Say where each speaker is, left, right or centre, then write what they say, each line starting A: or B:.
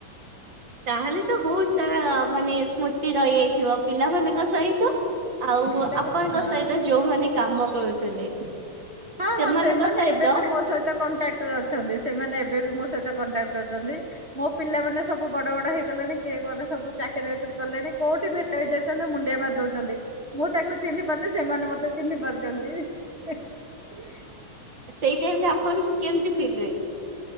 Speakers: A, on the right (about 35°); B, on the right (about 70°).
A: ତାହେଲେ ତ ବହୁତ ସାରା ମାନେ ସ୍ମୃତି ରହିଯାଇଥିବ। ପିଲାମାନଙ୍କ ସହିତ ଆଉ
B: ପିଲାମାନେ
A: ଆପଣଙ୍କ
B: ହଁ।
A: ସହିତ ଯୋଉ ମାନେ କାମ କରୁଥିଲେ।
B: ହଁ
A: ସେମାନଙ୍କ
B: ହଁ। ସେମାନେ
A: ସହିତ
B: ଏବେ ବି ମୋ ସହିତ କଣ୍ଟାକ୍ଟ ଡକ୍ଟର ଅଛନ୍ତି। ସେମାନେ ଏବେ ବି ମୋ ସହିତ କଣ୍ଟାକ୍ଟ ରେ ଅଛନ୍ତି। ମୋ ପିଲାମାନେ ସବୁ ବଡ଼, ବଡ଼ ହେଇଗଲେଣି କିଏ କଣ ସବୁ ଚାକିରି ବାକିରି କଲେଣି। କୋଉଠି ବି ଚାଲି ଯାଉଛନ୍ତି ମୁଣ୍ଡିଆ ମାରି ଦଉଛନ୍ତି। ମୁଁ ତାଙ୍କୁ ଚିହ୍ନି ପାରୁନି ସେମାନେ ମତେ ଚିହ୍ନି ପାରୁଛନ୍ତି। <inaudible>
A: ସେଇ ଟାଇମ ରେ ଆପଣଙ୍କୁ କେମତି ଫିଲ ହୁଏ?